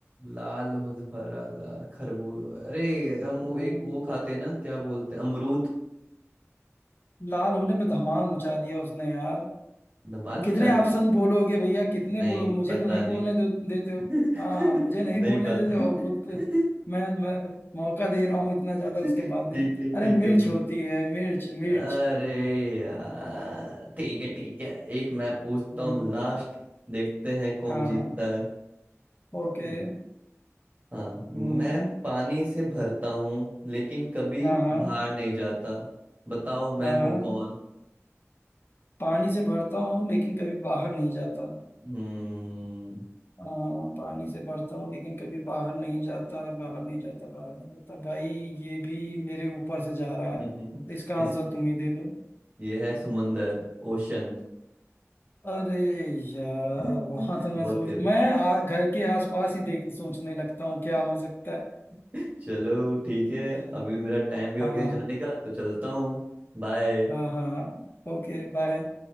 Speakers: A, on the right; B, on the left.
A: लाल हो हरा लाल खरबूज अरे हम वो
B: हम्म,
A: एक वो खाते हैं ना क्या बोलते हैं अमरूद
B: लाल होने पे धमाल मचा दिया उसने यार
A: धमाल
B: कितने
A: मचा
B: ऑप्शन
A: दिया
B: बोलोगे भैया कितने
A: नहीं
B: बोलो मुझे
A: पता
B: तो नहीं
A: नहीं
B: बोलने दे, देते हो
A: <laughs>
B: हाँ मुझे नहीं
A: नहीं
B: बोलने
A: पता
B: देते हो और खुद
A: <laughs>
B: पे मैं मैं मौका दे रहा हूँ इतना ज्यादा उसके
A: ठीक
B: बाद भी नहीं
A: है ठीक
B: अरे मिर्च
A: है मुझे
B: होती है मिर्च मिर्च
A: अरे यार ठीक है ठीक है एक मैं पूछता
B: हाँ
A: हूँ लास्ट देखते हैं कौन
B: हाँ
A: जीतता
B: हाँ
A: है
B: ओके
A: ठीक हाँ मैं
B: हम्म
A: पानी से भरता हूँ लेकिन कभी
B: हाँ हाँ
A: बाहर नहीं जाता बताओ मैं
B: हाँ
A: हूँ कौन
B: पानी से भरता हूँ लेकिन कभी बाहर नहीं जाता
A: हम्म
B: हाँ पानी से भरता हूँ लेकिन कभी बाहर नहीं जाता बाहर नहीं जाता बाहर नहीं जाता भाई ये भी मेरे ऊपर से जा रहा
A: <laughs>
B: है तो इसका
A: इस
B: आंसर तुम ही दे दो
A: ये है समुंदर ओशन
B: अरे यार
A: <laughs>
B: वहां तो
A: बहुत
B: मैं सोच
A: करे
B: मैं आ, घर के आसपास ही देख सोचने लगता हूँ क्या हो सकता है
A: <laughs> चलो ठीक है
B: हाँ
A: अभी मेरा टाइम भी हो गया
B: हाँ
A: जाने का तो चलता हूँ बाय
B: हाँ हाँ हाँ, ओके बाय